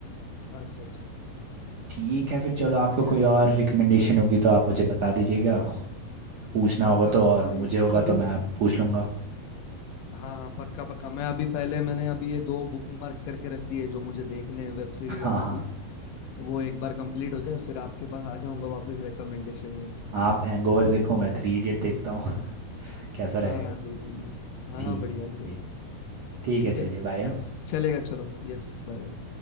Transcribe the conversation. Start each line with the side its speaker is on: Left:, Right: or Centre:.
Left: अच्छा अच्छा
Right: ठीक है फिर
Left: नहीं
Right: चलो
Left: यार
Right: आपको
Left: बढ़िया
Right: कोई
Left: है फिर
Right: और रिकमेंडेशन होगी तो आप मुझे बता दीजिएगा पूछना
Left: पक्का
Right: होगा तो
Left: पक्का
Right: और
Left: भाई
Right: मुझे होगा
Left: कभी
Right: तो मैं आप पूछ लूँगा
Left: हाँ हाँ पक्का पक्का मैं अभी पहले मैंने अभी ये दो बुक मार्क करके रख दिए जो मुझे देखने हैं वेब सीरीज
Right: हाँ
Left: और मूवीज
Right: हाँ
Left: वो एक बार कंप्लीट हो जाए फिर आपके पास आ जाऊंगा वापस रिकमेंडेशन लेने
Right: आप हैंगओवर देखो मैं थ्री इडियट देखता हूँ <laughs> कैसा रहेगा
Left: हाँ हाँ देख लीजिए हाँ
Right: ठीक
Left: हाँ बढ़िया बढ़िया
Right: ठीक ठीक
Left: ठीक
Right: है
Left: है
Right: चलिए बाय हाँ।
Left: चलेगा चलो यस बाय बाय